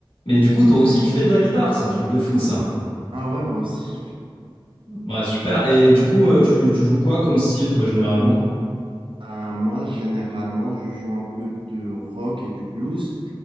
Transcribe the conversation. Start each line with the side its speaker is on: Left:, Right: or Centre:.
Left: Mais du coup, toi aussi, tu fais de la guitare, c'est un truc de fou ça.
Right: Ah ouais, moi aussi, j'ai fait-
Left: Ouais, super. Et du coup, euh, tu, tu joues quoi comme style, toi, généralement?
Right: Ah, moi, généralement, je joue un peu de rock et du blues.